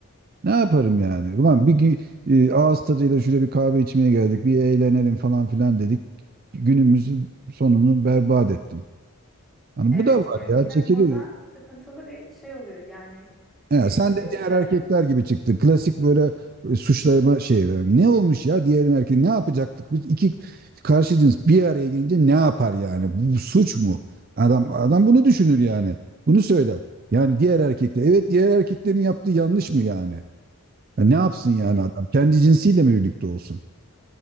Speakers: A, on the right (about 40°); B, in the centre.
A: Ne yaparım yani? Ulan bir gü- e, ağız tadıyla şuraya bir kahve içmeye geldik, bir eğlenelim falan filan dedik. Günümüzün sonunu berbat ettim. Hani
B: Evet,
A: bu da var
B: gerçekten
A: ya çekilir.
B: orada sıkıntılı bir şey oluyor yani.
A: He,
B: E,
A: sen
B: bir
A: de
B: de
A: diğer
B: şöyle,
A: erkekler gibi çıktın. Klasik böyle e, suçlama şey. yani ne olmuş ya diğer erkek ne yapacaktık? Biz iki karşı cins bir araya gelince ne yapar yani? Bu suç mu? Adam adam bunu düşünür yani. Bunu söyler. Yani diğer erkekler. Evet diğer erkeklerin yaptığı yanlış mı yani? Ya ne yapsın
B: evet,
A: yani adam? Kendi cinsiyle mi birlikte olsun?